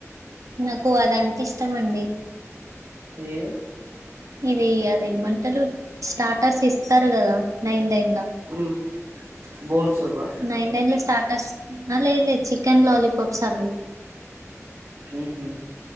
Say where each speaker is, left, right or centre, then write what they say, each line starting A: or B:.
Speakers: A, on the right; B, on the right.
A: నాకు అద అం ఇస్తామండి
B: ఏది
A: ఇది అది ఏమంటారు స్టార్టర్స్ ఇస్తారు కదా నైన్ డెన్
B: <inaudible> బోన్ సూపా
A: నైన్ డెన్ లో స్టార్టర్స్ అ లే లే చికెన్ లాలీపాప్స్ అడుగు
B: ఉహు